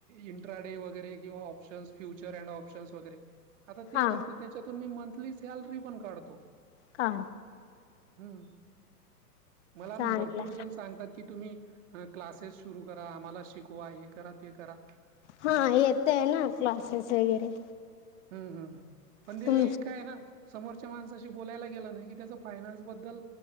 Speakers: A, on the right (about 50°); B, on the left (about 45°).
A: इंट्राडे वगैरे किंवा ऑप्शन्स फ्युचर अँड ऑप्शन्स वगैरे. आता ते
B: हा
A: करतो, त्याच्यातून मी मंथली सॅलरी पण काढतो.
B: हा.
A: हम, मला न
B: चांगला
A: भरपूर जन् सांगतात की, तुम्ही क्लासेस सुरु करा आम्हाला शिकवा हे करा ते करा.
B: हा,
A: अ
B: येतय ना क्लासेस वगैरे.
A: हम हम पण ते
B: तुम
A: कायं ना समोरच्या समोरच्या माणसाशी बोलायला गेलं ना, की त्याचा फायनान्स बद्दल